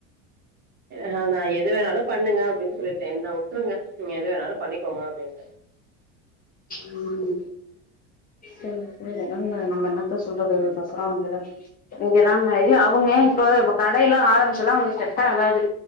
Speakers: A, on the right; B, on the left.
A: ஹ நா எது வேணாலும் பண்ணுங்க அப்டின்னு சொல்லிட்டே என்ன உட்டுருங்க நீங்க எது வேணாலும் பண்ணிக்கோங்க அப்டின்
B: ம் மு முடில நம்ம நம்ப என்னத்த சொல்றது இதுக் அப்புறோ அவுங்கல இங்கதாங்க இல்ல அவுங்க இப்போ கடையெல்லா ஆரம்பிச்சல்லா அவுங்களுக்கு செட்டா ஆகாது